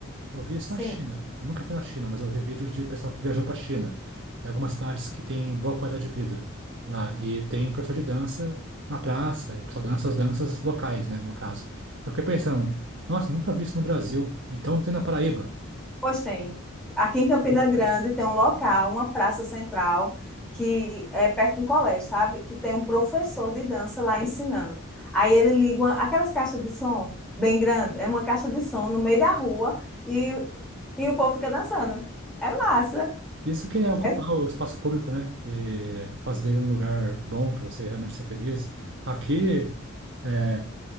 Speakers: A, on the right; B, in the centre.
A: Eu vi isso
B: sim,
A: na China. Eu nunca fui na China, mas eu vi vídeos de pessoal que viajou para a China, em algumas cidades que têm boa qualidade de vida lá, e tem professor de dança na praça, e pessoal dança as danças locais, né? No caso. Eu fiquei pensando, nossa, nunca vi isso no Brasil. Então tem na Paraíba.
B: pois tem. Aqui em Campina Grande tem um local, uma praça central, que é perto de um colégio, sabe? Que tem um professor de dança lá ensinando. Aí ele liga uma- aquelas caixas de som bem grande, é uma caixa de som no meio da rua e, e o povo fica dançando. É massa.
A: Isso que é ocupar
B: É
A: o espaço público, né? E fazer dele um lugar bom para você realmente ser feliz. Aqui, é,